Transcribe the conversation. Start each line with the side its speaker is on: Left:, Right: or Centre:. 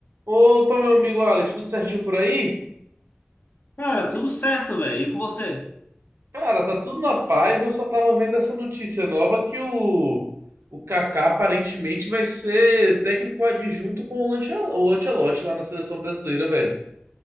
Right: Opa, meu amigo Alex, tudo certinho por aí?
Left: Cara, tudo certo, velho. E com você?
Right: Cara, tá tudo na paz. Eu só tava vendo essa notícia nova que o, o Kaká aparentemente vai ser técnico adjunto com o Lante- o Ancelotti lá na seleção brasileira, velho.